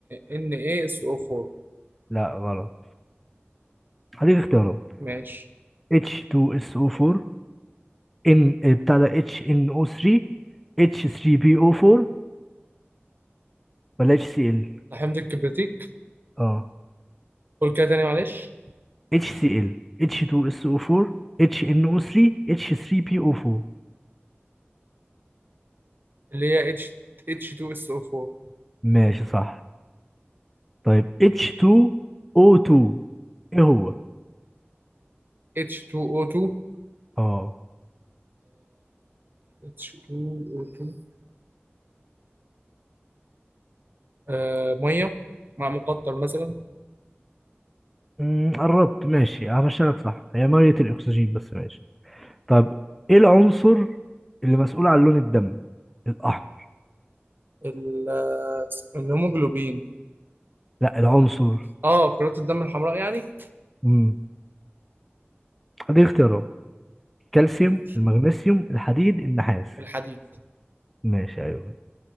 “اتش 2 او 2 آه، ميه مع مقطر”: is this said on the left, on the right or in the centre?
Right